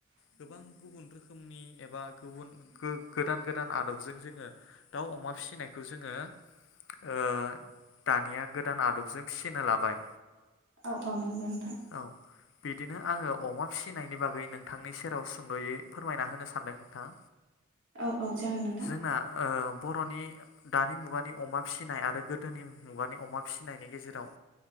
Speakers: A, on the left; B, on the right.
A: गोबां गुबुन रोखोमनि एबा गुबुन गो गोदान गोदान आदब जों जोङो दाउ अमा फिसिनायखौ जोङो ओ दानिया गोदान आदबजों फिसिनो लाबाय
B: औ औ नोंगौ नोंथां
A: औ बिदिनो आङो अमा फिसिनायनि बागै नोंथांनि सेराव सुंद'यै फोरमायना होनो सानदों नोंथां।
B: औ औ जागोन नोंथां।
A: जोंना ओ बर'नि दानि मुगानि अमा फिसिनाय आरो गोदोनि मुगानि अमा फिसिनायनि गेजेर राव